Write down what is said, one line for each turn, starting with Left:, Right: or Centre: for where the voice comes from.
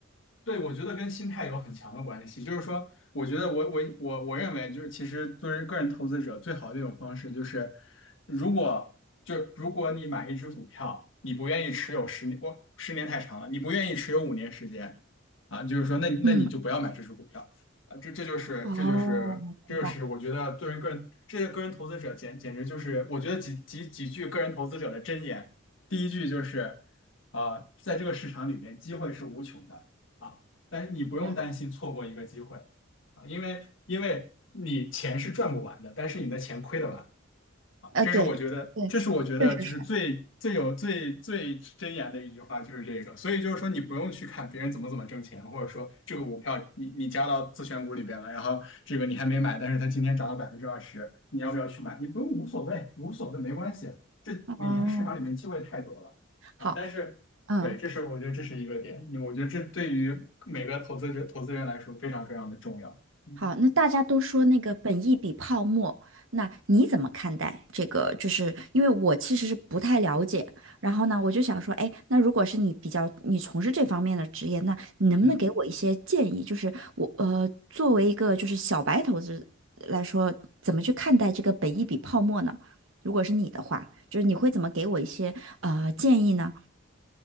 Left: 对，我觉得跟心态有很强的关系。就是说，我觉得我我我我认为，就是其实作为个人投资者，最好的一种方式就是，如果就是如果你买一只股票，你不愿意持有十年，我十年太长了，你不愿意持有五年时间，啊，就是说那，那你就不要买这只股票啊。
Right: 嗯，
Left: 这这就是这就是这就是我觉得作为个人，
Right: 哦，明白，
Left: 这些个人投资者简简直就是我觉得几几几句个人投资者的箴言，第一句就是啊，在这个市场里面，机会是无穷的。啊，但是你不用担心错过一个机会
Right: 对，
Left: 啊，因为因为你钱是赚不完的，但是你的钱亏得完。啊这是我觉得，
Right: 呃，对，对，
Left: 这是我觉得就是最最有最最真言的一句话，
Right: 确实是，
Left: 就是这个。所以就是说，你不用去看别人怎么怎么挣钱，或者说这个股票你你加到自选股里边了，然后这个你还没买，但是它今天涨了百分之二十，你要不要去买？你不用，无所谓，无所谓，没关系。这每天市场里面机会太多了啊！
Right: 哦，好，
Left: 但是，
Right: 嗯，
Left: 对，这是我觉得这是一个点，我觉得这对于每个投资者投资人来说非常非常的重要。嗯
Right: 好，那大家都说那个本意比泡沫，那你怎么看待这个？就是因为我其实是不太了解，然后呢，我就想说，哎，那如果是你比较你从事这方面的职业，那你能不能给我一些建议？
Left: 嗯
Right: 就是我呃，作为一个就是小白投资来说，怎么去看待这个本意比泡沫呢？如果是你的话，就是你会怎么给我一些呃建议呢？